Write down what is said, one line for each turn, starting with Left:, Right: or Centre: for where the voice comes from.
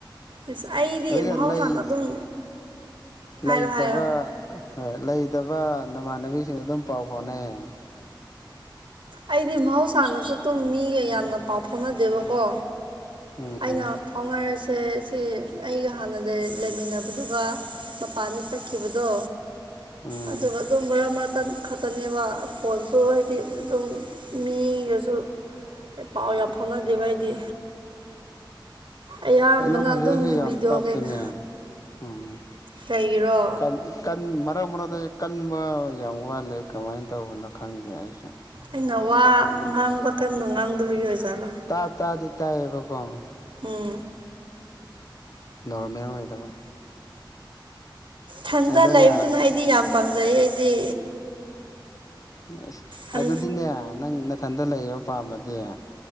Right: ꯑꯦꯁ ꯑꯩꯗꯤ
Left: ꯑꯗꯨꯒ
Right: ꯃꯍꯧꯁꯥꯅ
Left: ꯂꯩ
Right: ꯑꯗꯨꯝ ꯍꯥꯏꯔꯣ
Left: ꯂꯩꯇꯕ
Right: ꯍꯥꯏꯔꯣ
Left: ꯑ ꯍꯣꯏ ꯂꯩꯇꯕ ꯅꯃꯥꯟꯅꯕꯤꯁꯤꯡ ꯑꯗꯨꯝ ꯄꯥꯎ ꯐꯥꯎꯅꯩꯌꯦ
Right: ꯑꯩꯗꯤ ꯃꯍꯧꯁꯥꯅꯁꯨ ꯑꯗꯨꯝ ꯃꯤꯒ ꯌꯥꯝꯅ ꯄꯥꯎ ꯐꯥꯎꯅꯗꯦꯕꯀꯣ
Left: ꯎꯝ
Right: ꯑꯩꯅ ꯐꯥꯎꯅꯔꯤꯁ ꯁꯦ ꯁꯤ ꯑꯩꯒ ꯍꯥꯟꯅ ꯂꯩ ꯂꯩꯃꯤꯟꯅꯕꯗꯨꯒ ꯃꯄꯥꯟꯗ ꯆꯠꯈꯤꯕꯗꯣ
Left: ꯎꯝ
Right: ꯑꯗꯨꯒ ꯑꯗꯨꯝ ꯃꯔꯛ ꯃꯔꯛꯇ ꯈꯛꯇꯅꯦꯕ ꯐꯣꯟꯁꯨ ꯍꯥꯏꯗꯤ ꯑꯗꯨꯝ ꯃꯤꯒꯁꯨ ꯄꯥꯎ ꯌꯥꯝ ꯐꯥꯎꯅꯗꯦꯕ ꯑꯩꯗꯤ ꯑꯌꯥꯝꯕꯅ
Left: ꯑ ꯅꯪ ꯈꯣꯟꯖ‌ꯦꯜꯁꯦ
Right: ꯑꯗꯨꯝ
Left: ꯌꯥꯝ
Right: ꯚꯤꯗꯤꯑꯣ
Left: ꯇꯞꯄꯤꯅꯦ
Right: ꯀꯩꯀꯥ
Left: ꯎꯝ
Right: ꯀꯩꯒꯤꯔꯣ
Left: ꯀꯟ ꯀꯟ ꯃꯔꯛ ꯃꯔꯛ ꯇ ꯀꯟꯕ ꯌꯥꯝ ꯋꯥꯠꯂꯦ ꯀꯃꯥꯏꯅ ꯇꯧꯕꯅꯣ ꯈꯪꯗꯦ ꯑꯩꯁꯨ
Right: ꯑꯩꯅ ꯋꯥ ꯉꯥꯡꯕ ꯀꯟꯅ ꯉꯥꯡꯗꯕꯒꯤ ꯑꯣꯏꯖꯥꯠꯂꯣ
Left: ꯇꯥ ꯇꯥꯗꯤ ꯇꯥꯏꯌꯦꯕꯀꯣ
Right: ꯎꯝ
Left: ꯅ‌ꯣꯔꯃ‌ꯦꯜ ꯑꯣꯏꯗꯕ
Right: ꯊꯟꯗ
Left: ꯑꯗꯨꯒ
Right: ꯂꯩꯕꯗꯨꯅ ꯑꯩꯗꯤ ꯌꯥꯝ ꯄꯥꯝꯖꯩ ꯑꯩꯗꯤ
Left: ꯑꯁ
Right: ꯍꯟ
Left: ꯑꯗꯨꯗꯤꯅꯦ ꯅꯪ ꯅꯊꯟꯗ ꯂꯩꯕ ꯄꯥꯝꯃꯗꯤ